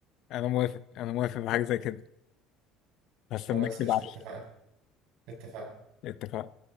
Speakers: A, on the left; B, on the right.
A: انا موافق انا موافق بحاجه زي كده هستناك
B: خلاص
A: تبعت
B: قشطه اتفقنا اتفقنا
A: لي اتفقنا